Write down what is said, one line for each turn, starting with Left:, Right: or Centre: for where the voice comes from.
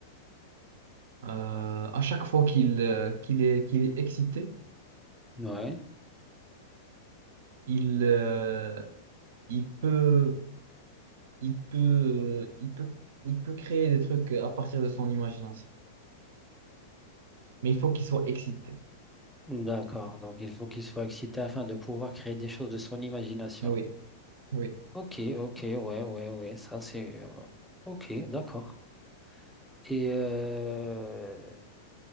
Right: euh, à chaque fois qu'il euh, qu'il est qu'il est excité,
Centre: Ouais.
Right: il euh, il peut il peut il peut il peut créer des trucs à partir de son imagination. Mais il faut qu'il soit excité.
Centre: D'accord. Donc, il faut qu'il soit excité afin de pouvoir créer des choses de son imagination.
Right: Oui, oui.
Centre: Ok, ok, ouais, ouais, ouais. Ça, c'est. euh, Ok, d'accord. Et euh,